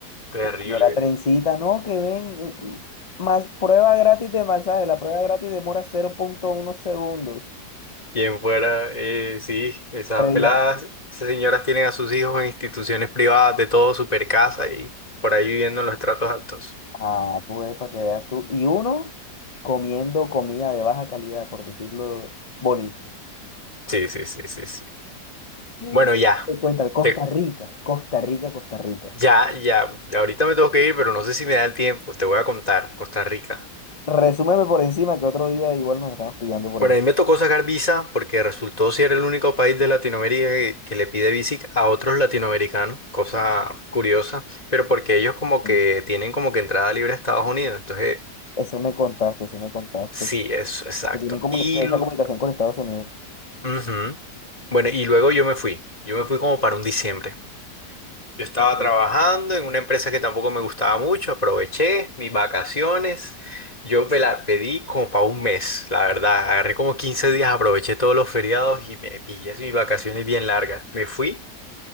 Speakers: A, on the left (about 20°); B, on the left (about 60°).
A: terrible.
B: Una mera trencita, no, que ven, eh, más prueba gratis de masaje, la prueba gratis demora 0.1 segundos.
A: Quien fuera, eh, sí, esas
B: Previa,
A: peladas, esas señoras tienen a sus hijos en instituciones privadas de todo, super casa y por ahí viviendo en los estratos altos.
B: Ah, pues para que veas tú. Y uno comiendo comida de baja calidad, por decirlo bonito.
A: Sí, sí, sí, sí, sí.
B: Mm.
A: Bueno, ya.
B: Pues Cuéntame, Costa
A: Te-
B: Rica, Costa Rica, Costa Rica.
A: ya, ya. ya Ahorita me tengo que ir, pero no sé si me da el tiempo. Te voy a contar. Costa Rica.
B: Resúmeme por encima que otro día igual nos estamos pillando por
A: Bueno,
B: ahí.
A: a mí me tocó sacar visa porque resultó ser el único país de Latinoamérica que, que le pide visa a otros latinoamericanos, cosa curiosa, pero porque ellos como que
B: Mm.
A: tienen como que entrada libre a Estados Unidos, entonces
B: Eso me contaste, eso me contaste.
A: sí, eso, exacto.
B: Que tienen comuni-
A: Y,
B: esa
A: lu-
B: comunicación con Estados Unidos.
A: ujú. Bueno, y luego yo me fui, yo me fui como para un diciembre. Yo estaba
B: Ok.
A: trabajando en una empresa que tampoco me gustaba mucho, aproveché mis vacaciones, yo me la pedí como para un mes, la verdad, agarré como 15 días, aproveché todos los feriados y me pillé así mis vacaciones bien largas. Me fui